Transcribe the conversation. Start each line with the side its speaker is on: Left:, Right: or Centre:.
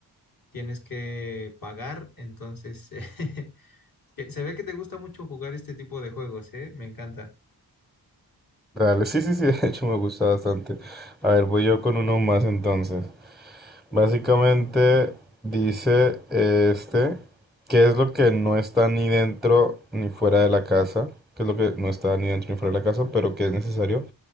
Left: tienes que pagar. Entonces, <laughs> Que Se ve que te gusta mucho jugar este tipo de juegos, ¿eh? Me encanta.
Centre: Dale, sí, sí, sí, <laughs> de hecho me gusta bastante. A ver, voy yo con uno más entonces. Básicamente dice eh, este, qué es lo que no está ni dentro ni fuera de la casa, qué es lo que no está ni dentro ni fuera de la casa, pero que es necesario